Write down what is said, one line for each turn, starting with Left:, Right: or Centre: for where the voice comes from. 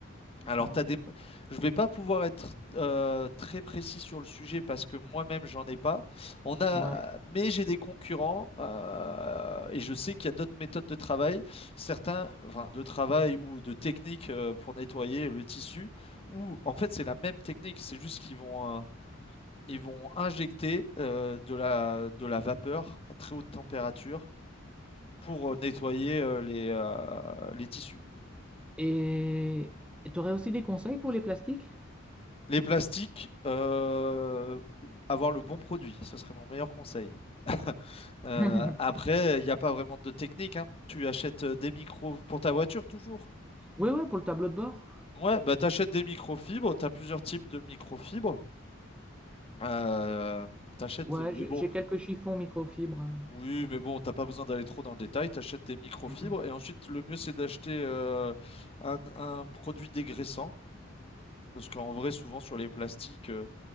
Left: Alors,
Centre: Ouais.
Left: t'as des... je ne vais pas pouvoir être euh, très précis sur le sujet parce que moi-même, j'en ai pas. On a...
Centre: Ouais.
Left: Mais j'ai des concurrents euh, et je sais qu'il y a d'autres méthodes de travail, certains enfin, de travail ou de techniques euh, pour nettoyer le tissu, où en fait, c'est la même technique, c'est juste qu'ils vont, euh, ils vont injecter euh, de la... de la vapeur à très haute température pour euh, nettoyer euh, les, euh, les tissus.
Centre: Et tu aurais aussi des conseils pour les plastiques?
Left: Les plastiques, euh, avoir le bon produit, ce serait mon meilleur conseil. <laughs> Euh,
Centre: <laughs>
Left: après, il n'y a pas vraiment de technique, hein. Tu achètes euh, des micros pour ta voiture toujours.
Centre: Ouais, ouais, pour le tableau de bord.
Left: Ouais, bah t'achètes des microfibres, t'as plusieurs types de microfibres. Euh, t'achètes,
Centre: Ouais,
Left: mais
Centre: j'ai
Left: bon,
Centre: j'ai quelques chiffons microfibres. euh,
Left: oui, mais bon, t'as pas besoin d'aller trop dans le détail. T'achètes des microfibres
Centre: mhm.
Left: et ensuite le mieux c'est d'acheter euh, un, un produit dégraissant. Parce qu'en vrai, souvent sur les plastiques, euh,